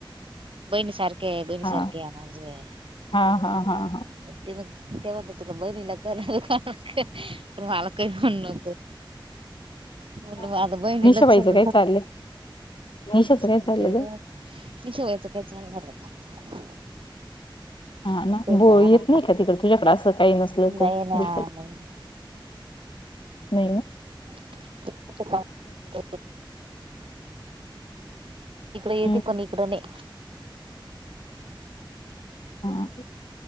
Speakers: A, on the right; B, on the left.
A: बहिणी सारख. के बैनीसारखे
B: हा
A: माझोए
B: हा हा हा हा.
A: <unintelligible> तेव्हा तु बैहीणीला कर पण म मला काई खुन नको.
B: <inaudible>
A: म्हणलं म आता बहिणीलाच
B: निशाबाईचं
A: शोध
B: काय चाललंय निशाचं
A: शोधतोय
B: काय चाललं
A: व्हय.
B: ग
A: नि शेवायचं काय चालणार आता.
B: हा ना
A: असतंय
B: बो
A: ते
B: येत
A: आराम
B: नइ का तिकड? तुझ्याकड असं काही नसल
A: नाही
B: तर
A: ना
B: ब
A: नाही ना
B: नइ ओ.
A: <unintelligible> तिकड येती
B: हम्म
A: पण इकड नाय.
B: हा